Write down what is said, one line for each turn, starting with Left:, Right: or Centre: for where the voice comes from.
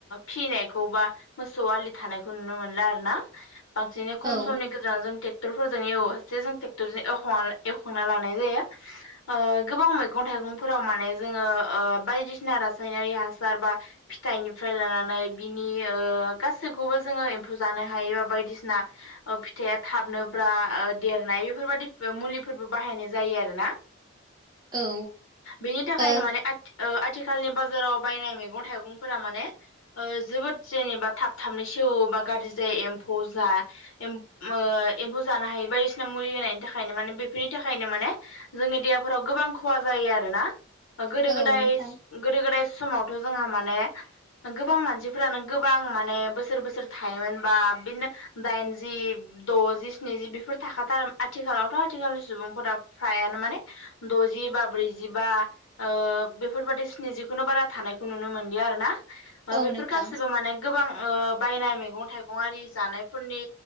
Left: फिनायखौ बा मोसौ आलि थानायखौ नुनो मोनला आरो ना। बांसिनै खम
Right: औ
Left: समनि गेजेराव जों ट्रेक्टरफोरजों एवो। से जों ट्रेक्टरजों एवखना- एवखना लानाय जायो । ओ गोबां मैगं थाइगंफोराव माने जोङो ओ बायदिसिना रासायनारि हासार बा फिथाइनिफ्राय लानानै बिनि ओ गासैखौबो जोङो एम्फौ जानो हायोबा बायदिसिना ओ फिथाइया थाबनोब्रा देरनाय बेफोरबादि मुलिफोरबो बाहायनाय जायो आरोना।
Right: औ
Left: बेनि थाखायनो
Right: ओ
Left: माने आदि ओ आथिखालनि बाजाराव बायनाय मैगं थाइगंफोरा माने ओ जोबोद जेनेबा थाब थाबनो सेवोबा गाज्रि जायो एम्फौ जा एम ओ एम्फौ जानो हायोबा मुलि होनायनि थाखायनो माने बेफोरनि थाखायनो माने जोंनि देहाफोराव गोबां खहा जायो आरोना। गोदो
Right: औ
Left: गोदाय
Right: नोंथां
Left: गोदो गोदाय समावथ' जोंहा माने गोबां मानसिफोरानो गोबां माने बोसोर बोसोर थायोमोनबा बिदिनो दाइनजि, द'जि, स्निजि बेफोर थाखाथार आथिखालावथ' आथिखालनि सुबुंफोरा फ्रायानो माने दजिबा ब्रैजिबा ओ बेफोरबादि स्निजिखौनो बारा थानायखौ नुनो मोनलि आरो ना
Right: औ
Left: बेफोर
Right: नोंथां
Left: गासैबो माने गोबां ओ बायनाय मैगं थाइगं आरि जानायफोरनि